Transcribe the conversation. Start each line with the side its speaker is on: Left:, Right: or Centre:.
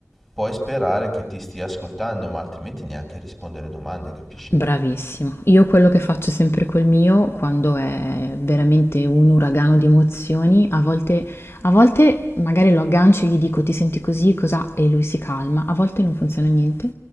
Centre: puoi sperare che ti stia ascoltando, ma altrimenti neanche rispondere domande, capisci?
Left: Bravissimo. Io quello che faccio sempre col mio, quando è veramente un uragano di emozioni, a volte, a volte magari lo aggancio e gli dico ti senti così, cos'ha? E lui si calma, a volte non funziona niente.